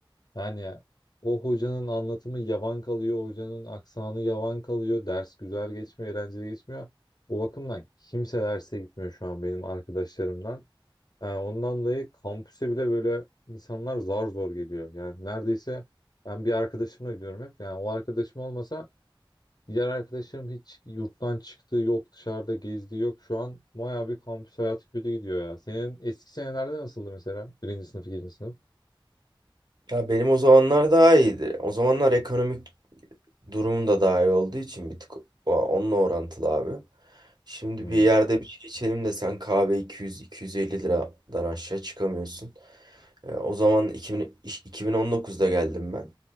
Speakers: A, on the left (about 50°); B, on the right (about 50°).
A: Yani o hocanın anlatımı yavan kalıyor, hocanın aksanı yavan kalıyor, ders güzel geçmiyor, eğlenceli geçmiyor. O bakımdan kimse derse gitmiyor şu an benim arkadaşlarımdan. Yani ondan dolayı kampüse bile böyle insanlar zar zor geliyor. Yani neredeyse ben bir arkadaşımla gidiyorum hep. Yani o arkadaşım olmasa diğer arkadaşlarım hiç yurttan çıktığı yok, dışarıda gezdiği yok. Şu an bayağı bir kampüs hayatı kötü gidiyor ya. Senin eski senelerde nasıldı mesela? Birinci sınıf, ikinci sınıf.
B: Ya benim o zamanlar daha iyiydi. O zamanlar ekonomik Durum da daha iyi olduğu için bir tık o- onunla orantılı abi. Şimdi
A: Hmm.
B: bir yerde bir şey içelim de sen kahve iki yüz iki yüz elli liradan aşağı çıkamıyorsun. Ee, o zaman 2000, iş- 2019'da geldim ben.